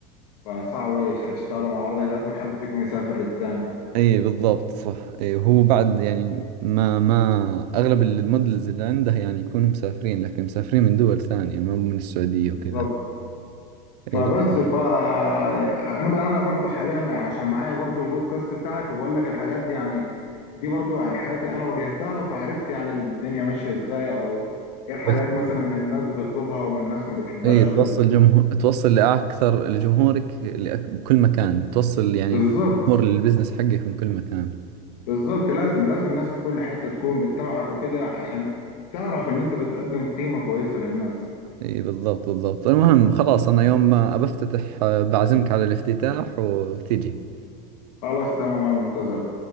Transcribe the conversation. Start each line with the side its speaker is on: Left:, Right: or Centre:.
Left: فصعب إيش هتشتغلوا مع بعض لازم حد فيكم يسافر للتاني
Right: إيه بالضبط صح إيه هو بعد يعني ما ما أغلب المودلز اللي عنده يعني يكونوا مسافرين لكن مسافرين من دول ثانية ما من السعودية
Left: بالظبط
Right: وكذا
Left: فبس
Right: إيه لكن
Left: ف انا بقى انا برضو حاليا يعني عشان معايا برضو البودكاست بتاعي فبقول لك الحاجات دي يعني دي برضو يعني حاجاتي انا واجهتها فعرفت يعني الدنيا ماشيه ازاي او ايه الحاجات
Right: كيف-
Left: مثلا اللي الناس بتطلبها والناس ما بتحبهاش
Right: إيه
Left: وكده
Right: توصل جمهور توصل لأكثر لجمهورك لأك... بكل مكان توصل يعني
Left: بالظبط
Right: الجمهور للبزنس حقك من كل مكان
Left: بالظبط لازم لازم الناس في كل حتة تكون بتتابعك وكده عشان تعرف ان انت بتقدم قيمة كويسة للناس
Right: اي بالضبط بالضبط المهم خلاص انا يوم ما بفتتح آه، بعزمك على الافتتاح وتجي
Left: خلاص تمام انا منتظرك